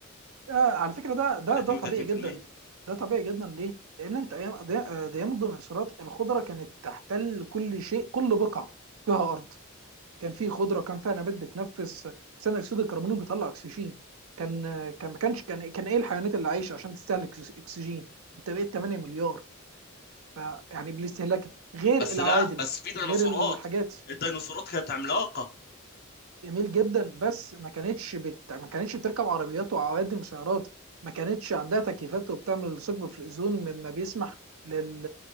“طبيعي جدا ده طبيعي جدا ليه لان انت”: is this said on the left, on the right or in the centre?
Right